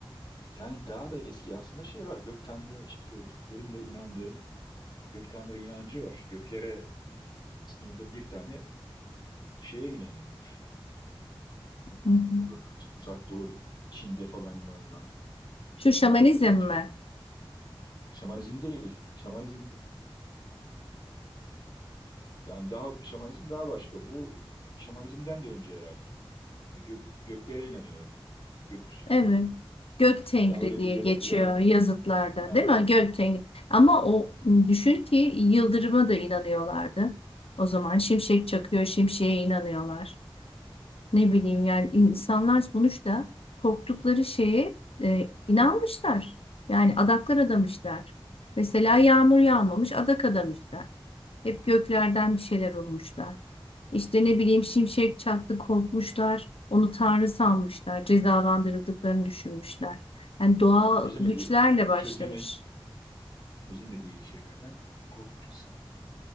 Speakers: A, on the left; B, on the left.
A: Yani daha da eski aslında şey var. Gök Tanrı işte Türklerin de inandığı Gök tanrı inancı var. Göklere inanıyorlar. Aslında orada bir tane şeye inanıyorlar.
B: hı hı.
A: Orada da uzak doğu Çin'de falan inanılan
B: şu
A: milattan
B: şamanizm
A: önce.
B: mi?
A: Şamanizm değil. Şamanizm yani daha şamanizm daha başka. Bu şamanizmden de önce herhalde. E, Gök, göklere inanıyorlar. Gökyüzüne.
B: Evet. Gök Tengri
A: Ya öyle
B: diye
A: bir yara,
B: geçiyor
A: yarat
B: yazıtlarda,
A: ha,
B: değil mi? Gök Tengri. Ama o düşün ki yıldırıma da inanıyorlardı. O zaman şimşek çakıyor, şimşeğe inanıyorlar. Ne bileyim yani insanlar sonuçta korktukları şeye e, inanmışlar. Yani adaklar adamışlar.
A: evet.
B: Mesela yağmur yağmamış, adak adamışlar. Hep göklerden bir şeyler olmuşlar. İşte ne bileyim şimşek çaktı korkmuşlar. Onu tanrı sanmışlar. Cezalandırıldıklarını düşünmüşler. Yani doğal
A: Çözemediği
B: güçlerle başlamış.
A: çözeme çözemediği şeylerden korkmuş insanlar.